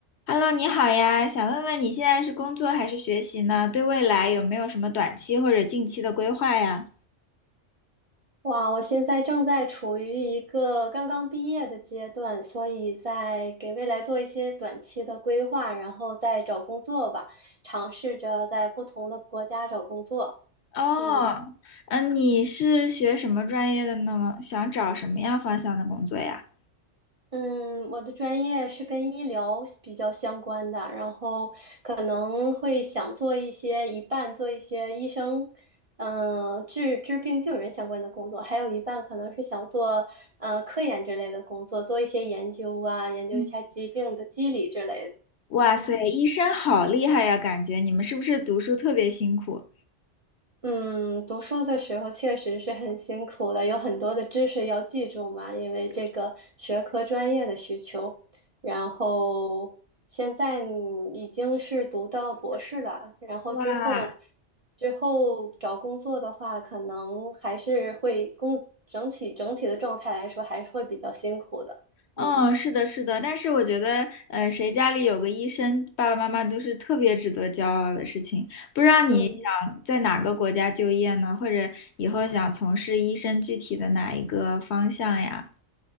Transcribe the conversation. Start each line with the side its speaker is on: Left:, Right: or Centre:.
Left: Hello，你好呀，想问问你现在是工作还是学习呢？对未来有没有什么短期或者近期的规划呀？
Right: 哇，我现在正在处于一个刚刚毕业的阶段，所以在给未来做一些短期的规划，然后再找工作吧，尝试着在不同的国家找工作。
Left: 哦，
Right: 嗯。
Left: 嗯，你是学什么专业的呢？想找什么样方向的工作呀？
Right: 嗯，我的专业是跟医疗比较相关的，然后可能会想做一些一半做一些医生，嗯、治治病救人相关的工作，还有一半可能是想做呃科研之类的工作，做一些研究啊，研究一下疾病的机理之类
Left: 嗯，哇塞，
Right: 的。嗯
Left: 医生好厉害呀，感觉你们是不是读书特别辛苦？
Right: 嗯，读书的时候确实是很辛苦的，有很多的知识要记住嘛，因为这个学科专业的需求。然后现在你已经是读到博士了，然后之后
Left: 哇，
Right: 之后找工作的话，可能还是会工整体整体的状态来说还是会比较辛苦的。
Left: 嗯，
Right: 嗯
Left: 是的，是的，但是我觉得，呃，谁家里有个医生，爸爸妈妈都是特别值得骄傲的事情。不知道你想在哪个国家就业呢？
Right: 嗯，
Left: 或者以后想从事医生具体的哪一个方向呀？